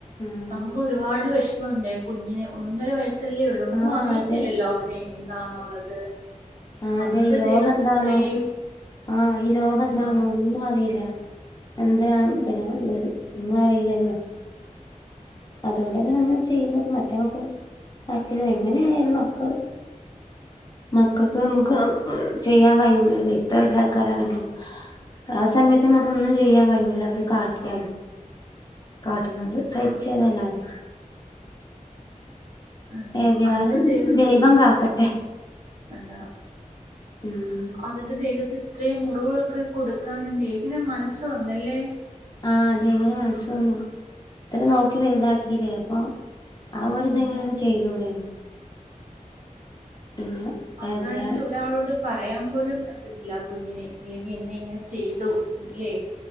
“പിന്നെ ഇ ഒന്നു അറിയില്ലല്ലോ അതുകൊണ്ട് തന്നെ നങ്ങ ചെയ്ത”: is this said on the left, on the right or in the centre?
Left